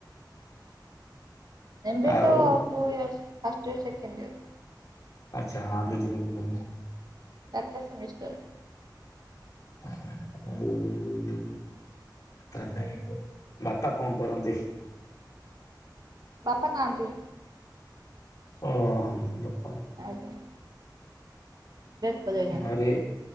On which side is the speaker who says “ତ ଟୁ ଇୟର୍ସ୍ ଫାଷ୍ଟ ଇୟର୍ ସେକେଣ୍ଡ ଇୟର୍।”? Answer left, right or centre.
Right